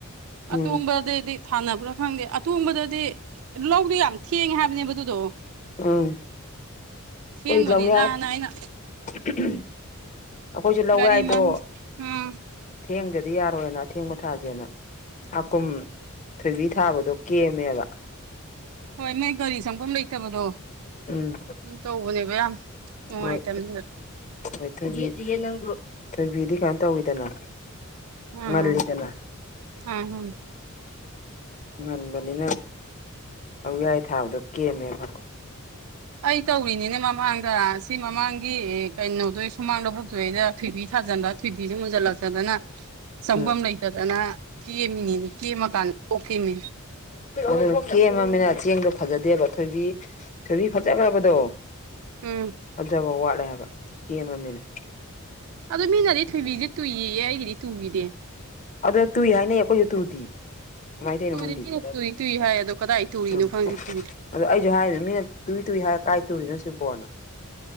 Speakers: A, on the left; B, on the right.
A: ꯎꯝ
B: ꯑꯇꯣꯡꯕꯗꯨꯗꯤ ꯊꯥꯟꯅꯕ꯭ꯔꯥ ꯈꯪꯗꯦ ꯑꯇꯣꯡꯕꯗꯗꯤ ꯂꯧꯗꯨ ꯌꯥꯝ ꯊꯦꯡꯉꯦ ꯍꯥꯏꯕꯅꯦꯕ ꯑꯗꯨꯗꯣ
A: ꯎꯝ
B: ꯊꯦꯡꯕꯅꯤꯅ
A: ꯍꯣꯏ ꯂꯧꯌꯥꯏ
B: ꯑꯩꯅ
A: <inaudible> ꯑꯩꯈꯣꯏꯁꯨ ꯂꯧ
B: ꯒꯥꯔꯤ
A: ꯌꯥꯏꯗꯣ
B: ꯃꯟ ꯎꯝ
A: ꯊꯦꯡꯗꯗꯤ ꯌꯥꯔꯣꯏꯅ ꯑꯊꯦꯡꯕ ꯊꯥꯁꯦꯅ ꯍꯥꯀꯨꯝ ꯊꯣꯏꯕꯤ ꯊꯥꯕꯗꯣ ꯀꯦꯝꯃꯦꯕ
B: ꯍꯣꯏ ꯅꯣꯏ ꯒꯥꯔꯤ ꯁꯪꯐꯝꯝ ꯂꯩꯇꯕꯗꯣ
A: ꯎꯝ
B: ꯇꯧꯕꯅꯦꯕ ꯌꯥꯝ ꯅꯨꯡꯉꯥꯏꯇꯕꯅꯦꯕ
A: ꯍꯣꯏ ꯍꯣꯏ ꯊꯣꯏꯕꯤ ꯊꯣꯏꯕꯤꯗꯤ ꯀꯩꯅꯣ ꯇꯧꯋꯤꯗꯅ
B: ꯎꯝ
A: ꯉꯜꯂꯤꯗꯅ
B: ꯎꯝ ꯎꯝ
A: ꯉꯟꯕꯅꯤꯅ ꯂꯧ ꯌꯥꯏ ꯊꯥꯕꯗꯣ ꯀꯦꯝ ꯑꯦꯝꯃꯦꯕ
B: ꯑꯩ ꯇꯧꯔꯤꯅꯤꯅꯦ ꯃꯃꯥꯡꯗ ꯁꯤ ꯃꯃꯥꯡꯒꯤ ꯀꯩꯅꯣꯗꯣ ꯏꯁ ꯍꯨꯃꯥꯡꯗ ꯂꯕꯨꯛꯊꯣꯏꯅ ꯊꯣꯏꯕꯤ ꯊꯥꯖꯤꯟꯕ ꯊꯣꯏꯕꯤꯁꯦ ꯃꯨꯟꯖꯜꯂꯛꯛꯇꯗꯅ ꯆꯪꯐꯝ
A: ꯎꯝ
B: ꯂꯩ ꯐꯖꯅ ꯀꯦꯝꯃꯤꯅꯦ ꯀꯦꯝꯃꯀꯥꯟꯗ ꯀꯣꯛꯈꯤꯝꯅꯤ
A: ꯑꯗꯨ ꯀꯦꯝꯃꯅꯤꯅ ꯆꯦꯡꯗꯣ ꯐꯖꯗꯦꯕ ꯊꯣꯏꯕꯤ ꯊꯣꯏꯕꯤ ꯐꯖꯈ꯭ꯔꯕꯗꯣ
B: ꯎꯝ
A: ꯐꯖꯕ ꯋꯥꯠꯂꯦꯕ ꯍꯥꯏꯕ ꯀꯦꯝꯃꯝꯅꯤꯅ
B: ꯑꯗꯨ ꯃꯤꯅꯗꯤ ꯊꯣꯏꯕꯤꯁꯦ ꯇꯨꯏꯌꯦ ꯑꯩꯒꯤꯗꯤ ꯇꯨꯈꯤꯗ
A: ꯑꯗꯣ ꯇꯨꯏ ꯍꯥꯏꯅ ꯑꯩꯈꯣꯏꯁꯨ ꯇꯨꯗꯤ ꯀꯃꯥꯏꯅ
B: ꯇꯨꯔꯤ
A: ꯇꯧꯔꯤꯅꯣ
B: ꯃꯤꯅ
A: ꯈꯪꯗꯦ
B: ꯇꯨꯏ ꯇꯨꯏ ꯍꯥꯏ ꯑꯗꯣ ꯀꯗꯥꯏ ꯇꯨꯔꯤꯅꯣ
A: ꯎꯝ
B: ꯈꯪꯗꯦ ꯇꯨ
A: ꯑꯗꯣ ꯑꯩꯁꯨ ꯍꯥꯏꯔꯤꯅꯤ ꯃꯤꯅ ꯇꯨꯏ ꯇꯨꯏ ꯍꯥꯏ ꯀꯥꯏ ꯇꯣꯔꯤꯅꯣ ꯁꯤ ꯕꯣꯔꯅ